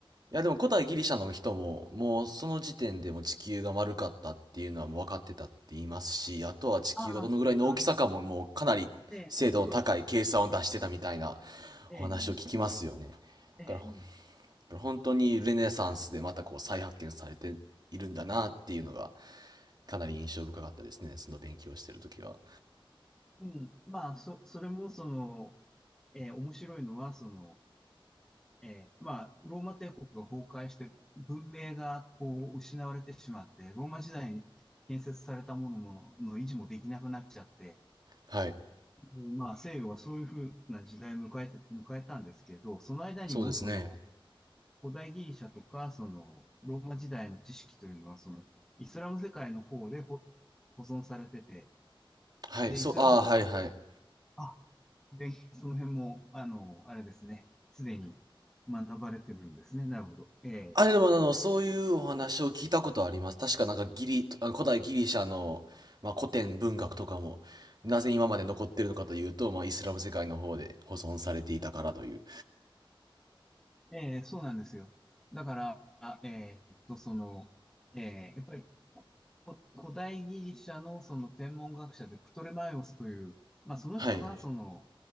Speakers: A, on the right; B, in the centre.
A: いやでも古代ギリシャの人ももうその時点でもう地球が丸かったっていうのはもう分かってたって言いますし、あとは地球がどのぐらいの大きさかももうかなり精度の高い計算を出してたみたいな
B: ああ、そうです。あの、ええそそうです。ええええ
A: お話を聞きますよね。
B: ええ
A: だからだから本当にルネサンスでまたこう再発見されているんだなっていうのがかなり印象深かったですね。その勉強をしてる時は。
B: うん。まあ、そ、それも、その、ええ面白いのは、その、ええまあ、ローマ帝国が崩壊して、文明がこう失われてしまって、ローマ時代に建設されたものもの維持もできなくなっちゃって、
A: はい。
B: うんまあ、西洋はそういうふうな時代を迎えて、迎えたんですけど、その間にもその、
A: そうですね。
B: 古代ギリシャとか、その、ローマ時代の知識というのは、その、イスラム世界の方でほ保存されてて、
A: はい。
B: で、
A: そう、
B: イスラム世界、
A: ああ、はいはい。
B: あ、で、その辺も、あの、あれですね、すでに学ばれてるんですね。なるほど。えー
A: あれでも、あの、そういうお話を聞いたことあります。確かなんかギリ、あの古代ギリシャの、まあ、古典文学とかも、なぜ今まで残ってるのかというと、まあ、イスラム世界の方で保存されていたからという。
B: ええ、そうなんですよ。だから、あえーっと、その、えーやっぱり古代ギリシャのその天文学者でプトレマイオスという、まあその人がその、
A: はい。